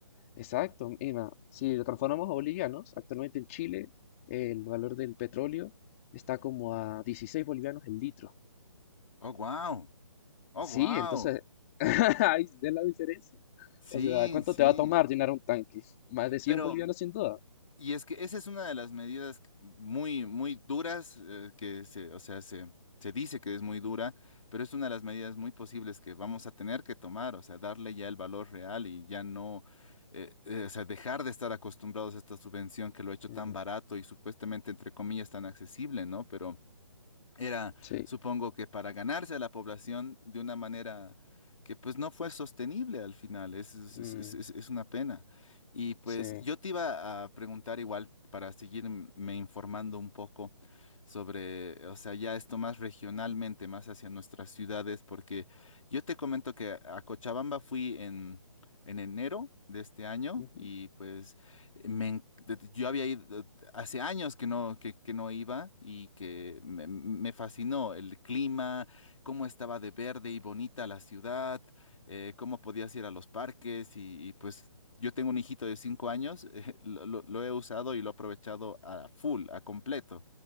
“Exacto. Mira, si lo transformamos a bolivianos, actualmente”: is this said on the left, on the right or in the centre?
Left